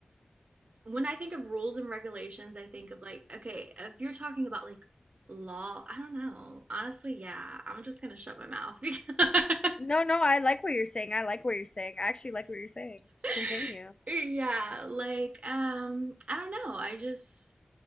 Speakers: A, on the right; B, on the left.
A: when I think of rules and regulations, I think of like, okay, if you're talking about like law, I don't know. Honestly, yeah, I'm just gonna shut my mouth because <laughs>
B: <laughs> No, no, I like what you're saying. I like what you're saying. I actually like what you're saying.
A: <laughs>
B: Continue.
A: Yeah, like um I don't know. I just